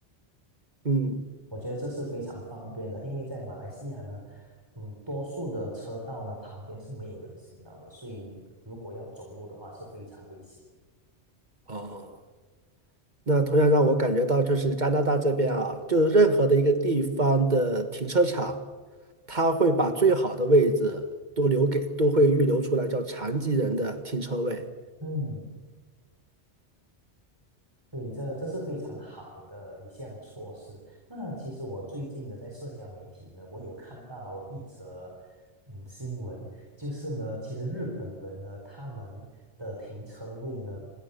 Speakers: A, on the right; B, on the right.
A: 嗯，
B: 我觉得这是非常方便的，因为在马来西亚呢，嗯，多数的车道呢旁边是没有人行道的，所以如果要走路的话是非常危险。
A: 哦。那同样让我感觉到，就是加拿大这边啊，就是任何的一个地方的停车场，它会把最好的位置都留给，都会预留出来，叫残疾人的停车位。
B: 嗯。对，这这是非常好的一项措施。那其实我最近呢，在社交媒体呢，我有看到一则嗯新闻，就是呢，其实日本人呢，他们的停车位呢，